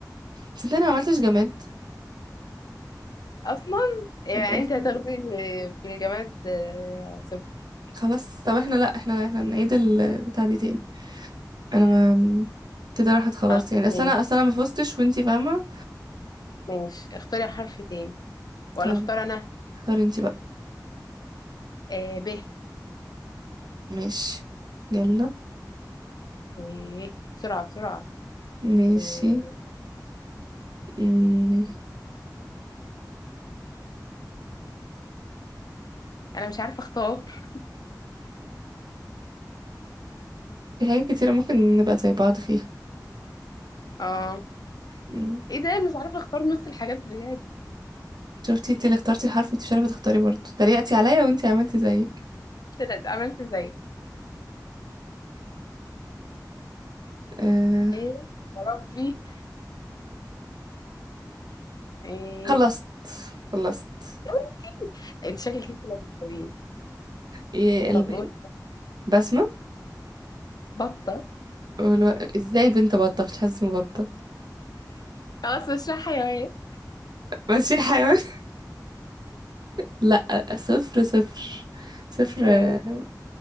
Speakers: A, on the right (about 75°); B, on the left (about 65°).
A: صدقني ما عملتش جماد
B: أصلا يعني
A: صدقني فاهم؟
B: أنت هتاخدي في الجماد آه، صفر
A: خلاص طب احنا لا احنا احنا نعيد البتاع دي تاني انا ما كده راحت خلاص
B: خلاص
A: يعني اصل
B: ماشي
A: انا اصل انا ما فزتش وانتي فاهمه
B: ماشي اختاري حرف تاني ولا
A: طيب
B: اختار أنا
A: اختاري انتي بقى
B: آه ب
A: ماشي يلا
B: إيه بسرعة بسرعة
A: ماشي
B: إيه
A: مم.
B: أنا مش عارفة اختار
A: في حاجات كتيره ممكن نبقى زي بعض فيها
B: اه
A: مم.
B: ايه ده انا مش عارفة اختار نص الحاجات بجد
A: شفتي انتي اللي اخترتي الحرف وانتي مش عارفه تختاري برضه تريقتي عليا وانتي عملتي زيي
B: طلعت عملت زي
A: أه
B: ايه يا ربي ايه
A: خلصت خلصت
B: إيه؟ انت شكلك انت اللي هتكتبين
A: إيه
B: طب
A: البنت
B: قول.
A: بسمة
B: بطة
A: والو... ازاي بنت بطة مش حاسس مبطل
B: خلاص مش رايحة حيوان
A: ماشي حيوان <laughs> لا صفر صفر صفر آه،
B: ماشي.